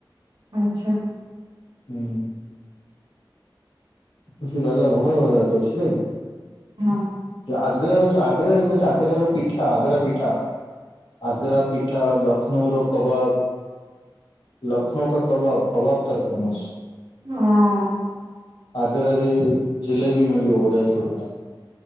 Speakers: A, on the right (about 70°); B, on the left (about 70°).
A: ଆଚ୍ଛା
B: ହୁଁ କିଛ ଜାଗା ଭନ ଭ ଜାକ ଅଛି ଜେ।
A: ହଁ
B: ଆଗ୍ରା ଯୋଉ ଆଗ୍ର କ ଆଗ୍ରାର ପିଠା ଆଗ୍ରା ପିଠା ଆଗ୍ରା ପିଠା ଲଷ୍ନୌର କବାବ ଲଖନୌ କା କବାବ କବା ତାର ଫେମସ
A: ହଁ
B: ଆଗ୍ରାରେ ଜିଲେବି ମିଳିବ ବଢିଆ ଥିବ ଜୋଉଟା